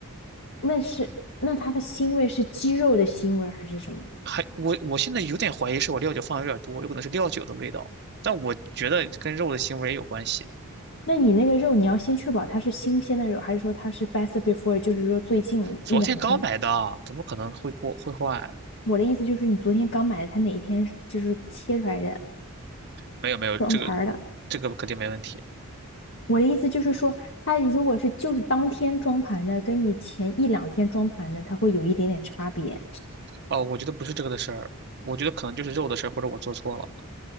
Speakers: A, on the left; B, on the right.
A: 那是，那它的腥味是鸡肉的腥味还是什么？
B: 还我我现在有点怀疑是我料酒放的有点多，有可能是料酒的味道，但我觉得跟肉的腥味儿也有关系。
A: 那你那个肉，你要先确保它是新鲜的肉，还是说它是 best before，就是说最近一两天
B: 昨天刚买的，怎么可能会过会坏？
A: 我的意思就是你昨天刚买的，它哪一天是就是切出来的
B: 没有没有，
A: 装盘儿的？
B: 这个这个肯定没问题。
A: 我的意思就是说，它如果是就是当天装盘的，跟你前一两天装盘的，它会有一点点差别。
B: 哦，我觉得不是这个的事儿，我觉得可能就是肉的事儿，或者我做错了。